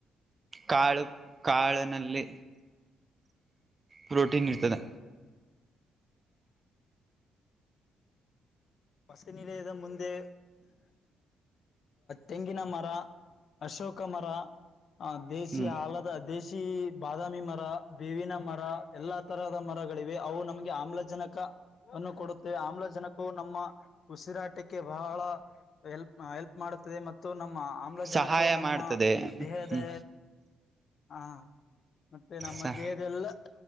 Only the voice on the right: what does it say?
ಕಾಳು
ಕಾಳಿನಲ್ಲಿ ಪ್ರೋಟೀನ್ ಇರ್ತದೆ
ಹ್ಮ್
ಸಹಾಯ
ಮಾಡ್ತದೆ
ಹ್ಮ್
ಸಹ